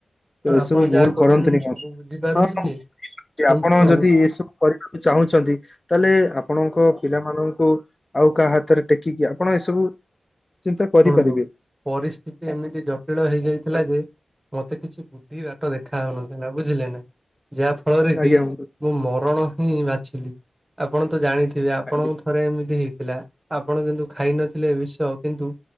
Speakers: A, on the left (about 20°); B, on the right (about 15°).
A: ତ ଏସବୁ
B: ଆପଣ
A: ଭୁଲ
B: ଯାହା କହୁଛନ୍ତି
A: କରନ୍ତିୁନି
B: ମୁଁ ସବୁ
A: ହଁ
B: ବୁଝିପାରୁଛି ଯେ କିନ୍ତୁ
A: ଆପଣ ଯଦି ଏସବୁ କରି ଚାହୁଁଛନ୍ତି ତାହେଲେ ଆପଣଙ୍କ ପିଲାମାନଙ୍କୁ ଆଉ କାହା ହାତରେ ଟେକିକି ଆପଣ ଏସବୁ ଚିନ୍ତା କରିପାରିବେ
B: ଶୁଣନ୍ତୁ ପରିସ୍ଥିତି ଏମିତି ଜଟିଳ ହେଇଯାଇଥିଲା ଯେ ମତେ କିଛି ବୁଦ୍ଧି ବାଟ ଦେଖା ହଉନଥିଲା ନା ବୁଝିଲେ ନା ଯାହା ଫଳରେ କି
A: ଆଜ୍ଞା ବନ୍ଧୁ
B: ମୁଁ ମରଣ ହିଁ ବାଛିଲି ଆପଣ ତ ଜାଣିଥିବେ ଆପଣଙ୍କୁ
A: ଆଜ୍ଞା।
B: ଥରେ ଏମିତି ହେଇଥିଲା ଆପଣ କିନ୍ତୁ ଖାଇନଥିଲେ ବିଷ କିନ୍ତୁ